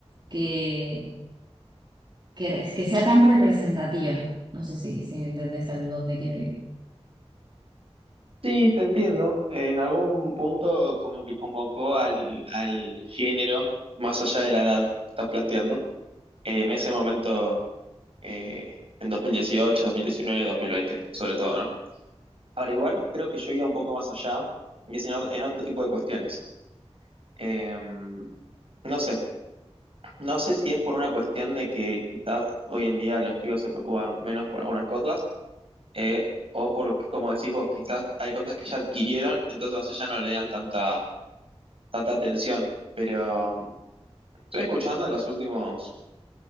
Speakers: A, on the right; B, on the right.
A: que, que, que sea tan representativa. No sé si, si entendés a dónde quiero ir.
B: Sí, te entiendo. En algún punto como que convocó al, al género más allá de la edad que estás planteando. En ese momento, eh, en 2018, 2019, 2020, sobre todo, ¿no? Ahora igual creo que yo iba un poco más allá, y es en, o- en otro tipo de cuestiones. Eh, no sé, no sé si es por una cuestión de que quizás hoy en día los chicos se preocupan menos por algunas cosas, eh, o porque, como decís vos, quizás hay cosas que ya adquirieron, entonces ya no le dan tanta tanta atención, pero um, estoy escuchando en los últimos,